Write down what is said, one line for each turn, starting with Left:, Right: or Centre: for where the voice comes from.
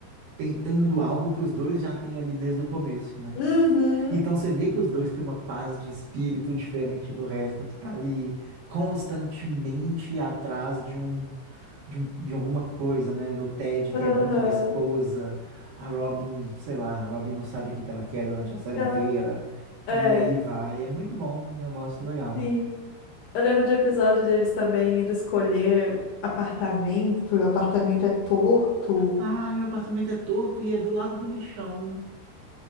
Right: tentando algo que os dois já têm ali desde o começo, né?
Left: Uhum,
Right: Então você vê que os dois têm uma paz de espírito diferente do resto, que tá ali constantemente atrás de um, de um, de alguma coisa, né? Do Ted, que
Left: aham.
Right: é muito uma esposa, a Robin, sei lá, a Robin não sabe o que que ela quer durante a série
Left: Ela,
Right: inteira, e
Left: é,
Right: aí vai, é muito bom, eu gosto, legal.
Left: sim. Eu lembro de episódio deles também indo escolher apartamento, e o apartamento é torto.
Right: Ah, meu apartamento é torto e é do lado do lixão.